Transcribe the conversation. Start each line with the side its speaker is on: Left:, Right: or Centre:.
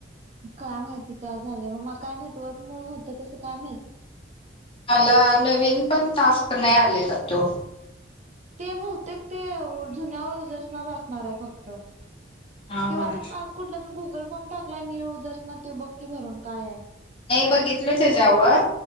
Right: काय माहिती काय झालंय? मग मग काय नेटवर्क मुळ होतं तस काय माहित?
Left: मला नवीन पण तास का नाही आलेला तो.
Right: ते बहुतेक ते जुन्या युजर्सना असणार आहे फक्त.
Left: हा
Right: किंवा
Left: हा.
Right: तू आज कुठला तर गुगल फॉर्म टाकलाय नि यूजर ना ते बक्की भरून काय आहे?
Left: नाही बघितलच त्याच्या्यावर